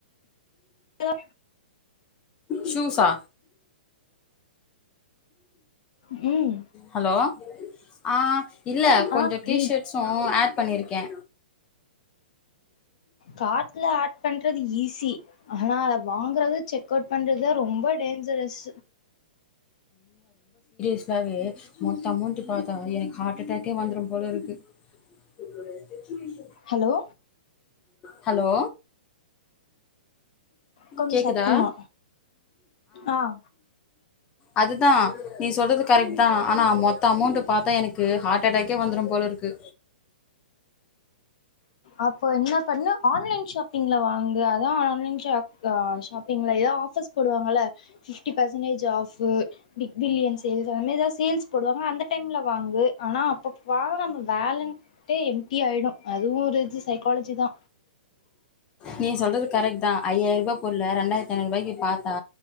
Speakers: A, on the left; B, on the left.
A: க்குதா
B: சூஸ்சா
A: ம்
B: ஹலோ ஆ இல்ல கொஞ்சோ
A: ஆ
B: டீஷர்ட்ஸ்சு
A: நீ
B: ஆட் பண்ணிருக்கே
A: கார்ட்டுல ஆட் பண்றது ஈஸி ஆனா அத வாங்குறது செக் அவுட் பண்றதா ரொம்ப டேஞ்சரஸ்
B: ஸ்ஸாவே ப மொத்த அமோண்ட்டு பாத்தா எனக் ஹார்ட்டடேக்கே வந்துரும் போல இருக்கு <inaudible>
A: ஹலோ
B: ஹலோ
A: கொஞ்ச
B: கேக்குதா
A: சத்தமா ஆஹ
B: அதுதா நீ சொல்றது கரெக்ட் தா அனா மொத்த அமௌண்டு பாத்தா எனக்கு ஹார்ட்டடேக்கே வந்துரும் போல இருக்கு
A: அப்போ என்ன பண்ணு ஆன்லைன் ஷாப்பிங்ல வாங்கு அத்தா ஆன்லைன் ஷாப்ப ஷாப்பிங்ல எதே ஆஃபர்ஸ் போடுவாங்குல fifty percentage off big billion sales அந்த மாதி சேல்ஸ் போடுவாங்க அந்த டைம்ல வாங்கு அனா அப்பப்ப <unintelligible> வேலண்டே டி ஆயிடு அதுவு ஒரு இது சைக்காலஜி தா
B: நீ சொல்றது கரெக்ட் தா ஐயாயிர ரூபா பொருள ரெண்டாயிரத்து ஐநூரூபாய்கு பாத்தா